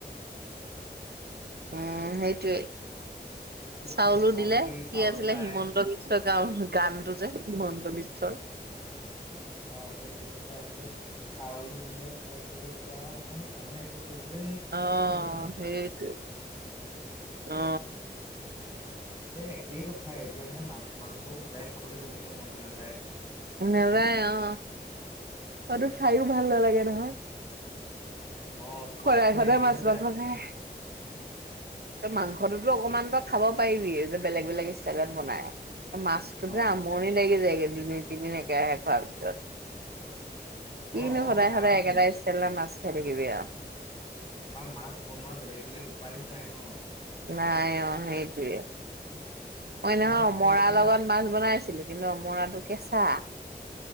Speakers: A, on the right; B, on the left.
A: উম সেইটোৱে
B: খেতি
A: চাউলো
B: নকৰাকেই
A: দিলে কি
B: চাউল
A: আছিলে
B: পায়
A: হিমন্ত বিশ্ব গান টো যে হিমন্ত বিশ্বৰ
B: অ হয় তেনেকুৱা সেইবোৰ চাউলো দিলে চব দিলে এতিয়া মানে মানুহেটো কৰিবলৈ মন
A: অ
B: নকৰা হ'ল নহয়।
A: হেইটোৱে অ
B: এ একেই কথা এতিয়া মানে মাছ মাংসও সদায় খাবলৈ যেনেকে মন নাযায়
A: নেযায় অ সোটো খায়ো ভাল নালাগে নহয়
B: অ সোৱাদটো
A: সদায় সদায়
B: নাইকিয়া
A: মাছ
B: হৈ
A: মাংস
B: যায়
A: খাই মাংস টোতো অকমান
B: কেত-
A: তই খাব পাৰিবি যে বেলেগ বেলেগ ষ্টেলত বনাই মাছটোযে
B: অ
A: আমনি লাগি যায়গে দুই দিন তিনি দিন একেৰাহে খোৱাৰ পিছত কিনো
B: অ
A: সদায়
B: অ কাৰণ
A: সদায় একেটা স্টাইলত মাছ খাই থাকিবি আৰু
B: আৰু মাছ বনোৱা বেলেগ বেলেগ উপায়ো নাই ন
A: নাই অ হেইটোৱে মই
B: কিছুমান
A: নহয়
B: আছে
A: অমৰা
B: এতিয়া
A: লগত মাছ বনাইছিলো কিন্তু অমৰাটো কেঁচা